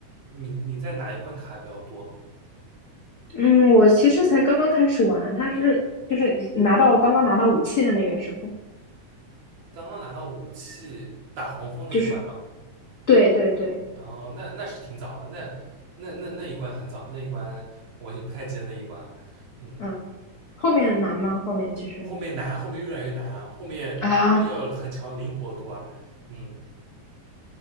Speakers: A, on the right (about 75°); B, on the left (about 70°).
A: 你你在哪一关卡的比较多？
B: 嗯，我其实才刚刚开始玩，它是就是一拿到刚刚拿到武器的那个时候，
A: 刚刚拿到武器打黄蜂那一关嘛？
B: 就是对对对，
A: 哦，那那是挺早的，那那那那一关很早，那一关我已经不太记得那一关了。嗯，
B: 嗯，后面难吗？后面其实呢？
A: 后面难，后面越来越难啊，后面后面要有很强的灵活度啊。
B: <laughs> 啊，
A: 嗯。